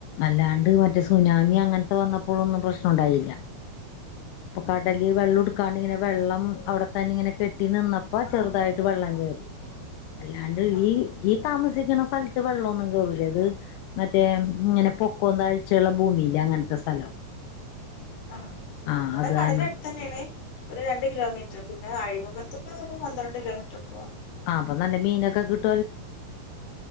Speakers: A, on the left; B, on the left.
A: അല്ലാണ്ട് മറ്റേ സുനാമി അങ്ങനെത്തെ ന്നപ്പോഴൊന്നും പ്രശ്നുണ്ടായില്ല ഇപ്പം കടല് വെള്ളുടുക്കാണ്ടിങ്ങനെ വെള്ളം അവിടെത്തന്നെ ഇങ്ങനെ കെട്ടി നിന്നപ്പോ ചെറുതായിട്ട് വെള്ളം കേയറി. അല്ലാണ്ട്
B: ആഹ്
A: ഈ ഈ താമസിക്കുന്ന സ്ഥലത്ത് വെള്ളമൊന്നും കേറൂല്ല. അത് മറ്റേ ഇങ്ങനെ പൊക്കോ താഴ്ചുള്ള ഭൂമിയില്ല അങ്ങനത്തെ സ്ഥലവാ
B: ആ
A: ആഹ്
B: ഇവടെ
A: അത്
B: കടല്
A: തന്നെ
B: അടുത്തന്നേണ്. ഒരു രണ്ട് കിലോമീറ്റർ പിന്നെ അഴിമുഖത്തക്കെ ഒരു പന്ത്രണ്ട് കിലോമീറ്റർ ഒക്കെ പോണം
A: ആ അപ്പൊ നല്ല മീനൊക്കെ കിട്ട